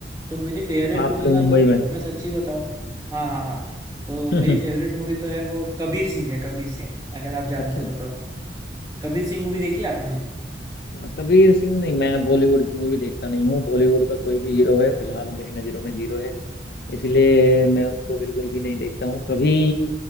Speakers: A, on the right; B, on the left.
A: तो मेरी फेवरेट
B: आपके
A: मूवी ना
B: मुंबई
A: तो
B: में
A: मैं सच्ची बताऊँ हाँ हाँ हाँ तो
B: <laughs>
A: मेरी फेवरेट मूवी तो है वो कबीर सिंह है कबीर सिंह अगर आप जानते
B: अच्छा
A: हो तो कबीर सिंह मूवी देखी है आपने
B: हाँ, कबीर सिंह नहीं मैं बॉलीवुड की मूवी देखता नहीं हूँ बॉलीवुड का कोई भी हीरो है फिलहाल मेरी नज़रों में जीरो है इसलिए मैं उनको बिल्कुल भी नहीं देखता हूँ कभी